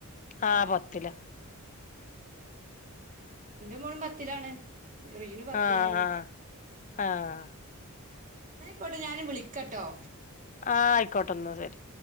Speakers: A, on the left; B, on the right.
A: ആഹ് പത്തിലാ
B: എന്റെ മോളും പത്തിലാണ് റിനു പത്തിലാണ്
A: ആഹ് ആഹ് ആഹ്
B: ന്ന അയ്ക്കോട്ടെ ഞാന് വിളിക്കട്ടോ
A: ആഹ ആയിക്കോട്ടൊന്ന് ശരി